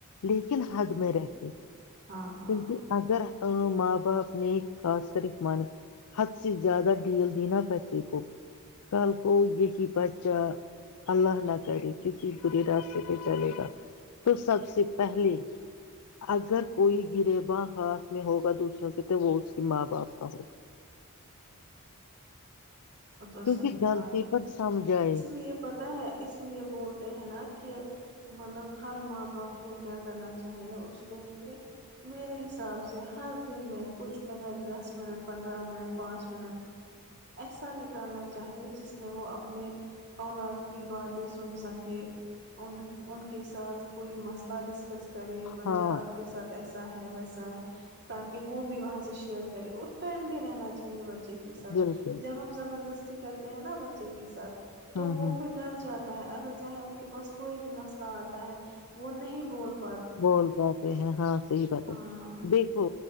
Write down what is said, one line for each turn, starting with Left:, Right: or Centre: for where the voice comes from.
Left: لیکن حد میں رہ کے
Right: ہاں ہاں
Left: کیونکہ اگر ہاں ماں باپ نے خاص کر ایک مان حد سے زیادہ ڈیل د نا بچے کو کل کو یہی بچہ اللہ نہ کرے کسی برے راستے پہ چلے گا تو سب سے پہلے اگر کوئی گربا ہاتھ میں ہوگا دوسروں کے تو وہ اس کے ماں باپ کا ہوگا
Right: وہ تو
Left: کیونکہ
Right: صحیح
Left: غلطی
Right: بات ہے
Left: پر سمجھائے
Right: اس لیے پتہ ہے اس لیے بولتے ہیں نا کہ مطلب ہر ماں باپ کو کیا کرنا چاہیے اس کو کہ میرے حساب سے ہر دن میں کچھ منٹ دس منٹ پندرہ منٹ پانچ منٹ ایسا کرنا چاہیے جس میں وہ اپنے اولاد کی باتیں سن سکے ان کے ساتھ کوئی مسئلہ ڈسکس کرے بچہ
Left: ہاں
Right: آپ کے ساتھ ایسا ہے ویسا ہے تاکہ وہ بھی وہاں سے شیئر کرے اور فرینڈلی رہنا چاہیے بچے کے ساتھ
Left: بالکل
Right: جب ہم زبرد دستی کرتے ہیں نا بچے کے ساتھ تو
Left: ہوں
Right: وہ
Left: ہوں
Right: پھر ڈر جاتا ہے اگر چاہے ان کے پاس کوئی بھی مسئلہ آتا ہے وہ نہیں بول پ
Left: بول پتے ہیں ہاں صحی بات
Right: ہاں
Left: ہے دیکھو